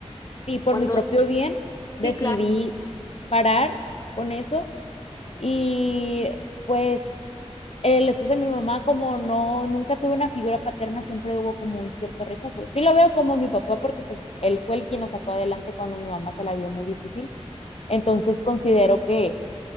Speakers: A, on the left; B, on the left.
A: y por
B: Cuando,
A: mi propio bien,
B: sí,
A: decidí
B: claro,
A: parar con eso y pues el esposo de mi mamá, como no, nunca tuve una figura paterna, siempre hubo como un cierto rechazo. Sí lo veo como mi papá porque pues él fue el quien nos sacó adelante cuando mi mamá se la vio muy difícil. Entonces considero que,